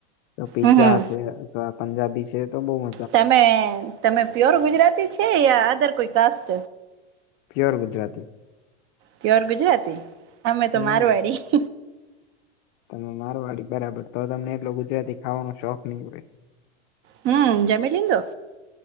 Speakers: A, on the left; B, on the right.
A: તો પીઝા
B: હમ હમ
A: છે અથવા પંજાબી છે તો બહુ મ
B: તમે તમે પ્યોર ગુજરાતી છે યા અદર કોઈ caste
A: pure Gujarati.
B: Pure Gujarati અમે તો
A: હમ
B: મારવાડી.
A: તમે મારવાડી બરાબર તો તમને એટલો ગુજરાતી ખાવાનો શોખ નહીં હોય.
B: હમ્મ જમી લીધું.